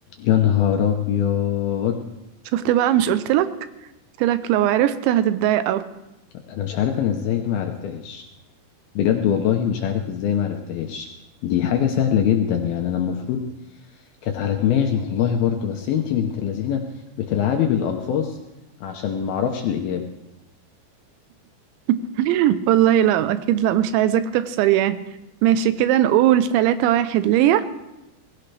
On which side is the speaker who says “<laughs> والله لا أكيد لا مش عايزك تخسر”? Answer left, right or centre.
Right